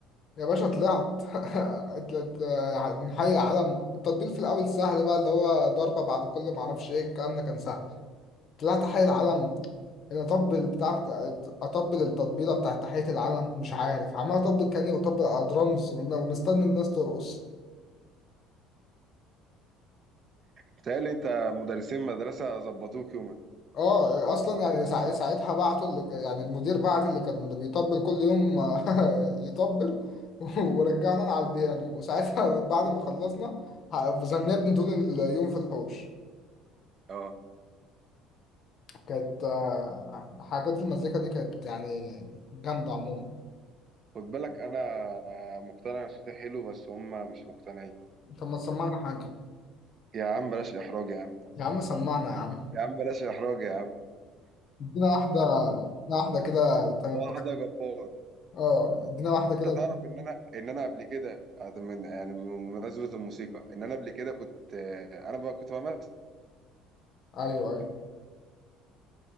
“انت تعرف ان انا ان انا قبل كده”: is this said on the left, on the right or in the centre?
Right